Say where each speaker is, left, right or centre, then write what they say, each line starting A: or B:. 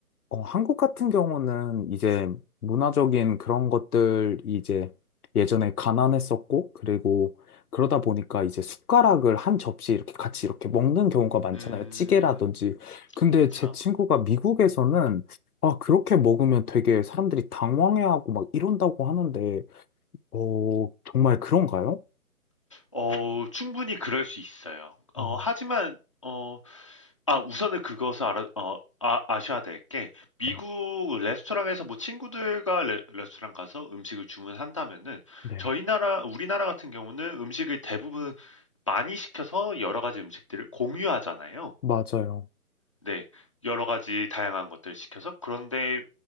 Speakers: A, on the left; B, on the left.
A: 어, 한국 같은 경우는 이제 문화적인 그런 것들이 이제 예전에 가난했었고, 그리고 그러다 보니까 이제 숟가락을 한 접시 이렇게 같이 이렇게 먹는 경우가 많잖아요.
B: 음,
A: 찌개라든지. 근데
B: 그렇죠.
A: 제 친구가 미국에서는 아, 그렇게 먹으면 되게 사람들이 당황해하고 막 이런다고 하는데, 어, 정말 그런가요?
B: 어, 충분히 그럴 수 있어요. 어,
A: 아,
B: 하지만 어, 아, 우선은 그것을 알아, 어, 아, 아셔야 될 게, 미국
A: 네,
B: 레스토랑에서 뭐 친구들과 레, 스토랑 가서 음식을 주문한다면은,
A: 네.
B: 저희 나라, 우리나라 같은 경우는 음식을 대부분 많이 시켜서 여러 가지 음식들을 공유하잖아요.
A: 맞아요.
B: 네, 여러 가지 다양한 것들을 시켜서. 그런데